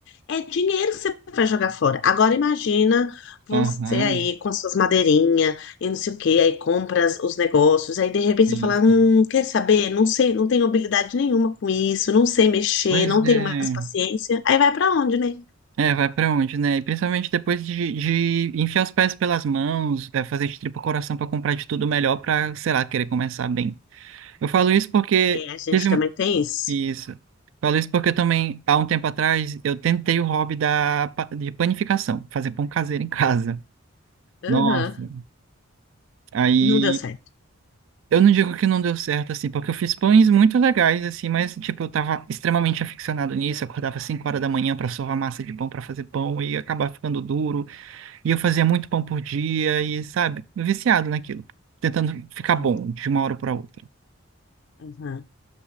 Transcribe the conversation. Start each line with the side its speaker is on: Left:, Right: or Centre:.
Left: É dinheiro que você vai jogar fora. Agora imagina você
Right: Aham,
Left: aí com suas madeirinhas e não sei o quê, aí compra as- os negócios, aí de repente
Right: isso.
Left: você fala, hum, quer saber? Não sei, não tenho habilidade nenhuma com isso, não sei mexer,
Right: Pois
Left: não
Right: é.
Left: tenho mais paciência. Aí vai pra onde, né?
Right: É, vai pra onde, né? E principalmente depois de, de enfiar os pés pelas mãos, é, fazer de tripa coração pra comprar de tudo melhor pra, sei lá, querer começar bem. Eu falo isso porque
Left: É, a gente
Right: teve
Left: também
Right: um-
Left: tem isso.
Right: isso. Falo isso porque também, há um tempo atrás, eu tentei o hobby da, pa- de panificação, fazer pão caseiro em casa.
Left: Aham.
Right: Nossa. Aí,
Left: Não deu certo.
Right: eu não digo que não deu certo, assim, porque eu fiz pães muito legais, assim, mas, tipo, eu tava extremamente aficionado nisso. Eu acordava 5 horas da manhã pra sovar massa de pão, pra fazer pão, e acabava ficando duro. E eu fazia muito pão por dia, e, sabe, viciado naquilo, tentando ficar
Left: Sim.
Right: bom de uma hora pra outra.
Left: Uhum.